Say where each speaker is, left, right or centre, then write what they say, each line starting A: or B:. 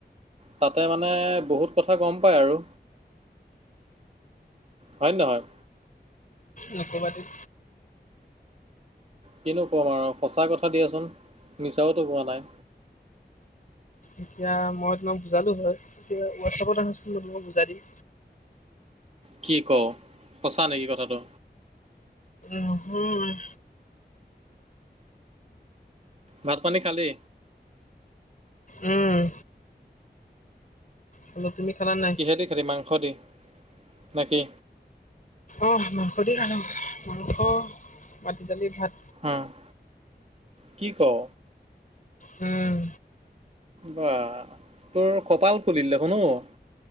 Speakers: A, on the right (about 35°); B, on the left (about 45°).
A: তাতে মানে বহুত কথা গম পাই আৰু। হয় নে নহয়?
B: নকবা দেই।
A: কিনো ক'ম আৰু সঁচা কথা দিয়াচোন, মিছাওতো কোৱা নাই।
B: এতিয়া মই তোমাক বুজালো হয়, এতিয়া হোৱাটছআপত আহাচোন মই তোমাক বুজাই দিম।
A: কি কও, সঁচা নেকি কথাটো?
B: নহয়।
A: ভাত পানী খালি?
B: উম খালো, তুমি খালা নে নাই?
A: কিহেদি খালি মাংস দি, নে কি?
B: অঁ' মাংস দি খালো, মাংস মাটি দালি ভাত।
A: অঁ' কি কও?
B: উম'
A: বা তোৰ কপাল ফুলিল দেখোন অও।